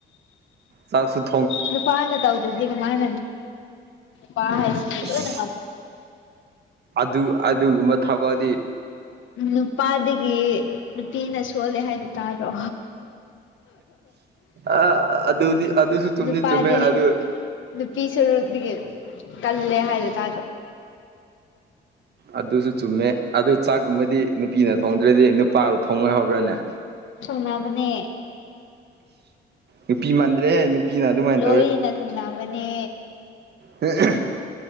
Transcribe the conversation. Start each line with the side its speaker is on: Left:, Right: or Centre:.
Right: ꯆ ꯁ <unintelligible> <inaudible>
Left: ꯅ ꯄꯥ ꯇꯥꯎꯗꯗ ꯃꯥꯅ ꯄꯥ ꯍꯁꯣ
Right: ꯏꯁ
Left: ꯅꯪ
Right: ꯑꯗꯨ ꯑꯗꯨꯒꯨꯝꯕ ꯊꯕꯛꯗꯤ
Left: ꯅꯨꯄꯥꯗꯒꯤ ꯅꯨꯄꯤꯅ ꯁꯣꯜꯂꯦ ꯍꯥꯏꯕ ꯇꯥꯕ꯭ꯔꯣ
Right: ꯑ ꯑꯗꯨꯗꯤ ꯑꯗꯨꯁꯨ ꯆꯨꯝꯗꯤ
Left: ꯅꯨꯄꯥꯗꯤ
Right: ꯆꯨꯝꯃꯦ ꯑꯗꯨ
Left: ꯅꯨꯄꯤ ꯁꯔꯨꯛꯇꯒꯤ ꯀꯜꯂꯦ ꯍꯥꯏꯗ ꯇꯥꯗ꯭ꯔꯣ
Right: ꯑꯗꯨꯁꯨ ꯆꯨꯝꯃꯦ ꯑꯗꯨ ꯆꯥꯛꯀꯨꯝꯕꯗꯤ ꯅꯨꯄꯤꯅ ꯊꯣꯡꯗ꯭ꯔꯗꯤ ꯅꯨꯄꯥꯗꯨ ꯊꯣꯡꯉꯣꯏꯍꯔꯅꯦ
Left: ꯁꯨꯡꯅꯕꯅꯦ
Right: ꯅꯨꯄꯤ ꯃꯟꯗ꯭ꯔꯦꯍꯦ ꯅꯨꯄꯤꯅ ꯑꯗꯨꯃꯥꯏꯅ
Left: ꯂꯣꯏꯅ ꯊꯅꯥ ꯃꯅꯦ
Right: ꯎꯝ <unintelligible> <inaudible>